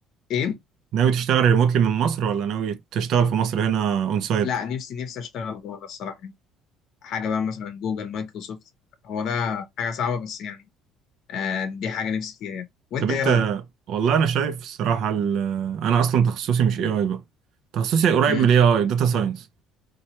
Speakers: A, on the left; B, on the right.
A: ايه
B: ناوي تشتغل ريموتلي من مصر ولا ناوي تشتغل في مصر هنا اون سايت
A: لا نفسي نفسي اشتغل بره الصراحه يعني. حاجه بقى مثلا جوجل مايكروسوفت هو ده حاجه صعبه بس يعني آه دي حاجه نفسي فيها يعني وانت
B: طب انت
A: ايه رايك؟
B: والله انا شايف الصراحه ال- انا اصلا تخصصي مش اي اي بقى تخصصي قريب
A: امم
B: من الاي اي داتا ساينس